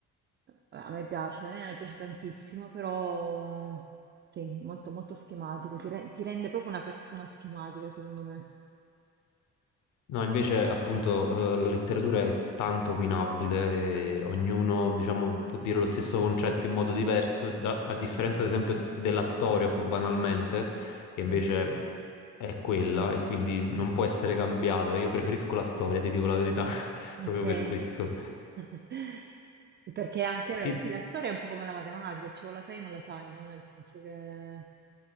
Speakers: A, on the right; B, on the left.
A: A me piace, eh, mi piace tantissimo, però sì, molto molto schematico, ti re- ti rende proprio una persona schematica, secondo me.
B: No, invece appunto eh, la letteratura è tanto opinabile e ognuno, diciamo, può dire lo stesso concetto in modo diverso, a, a differenza ad esempio della storia più banalmente, che
A: Sì.
B: invece è quella e quindi non può essere cambiata. Io preferisco la storia, ti dico la verità, <laughs> proprio
A: Ok.
B: per questo.
A: <laughs> Perché anche,
B: Sì,
A: beh, sì, la storia è un po' come la matematica, cioè o la sai o non la sai, no? Nel senso che...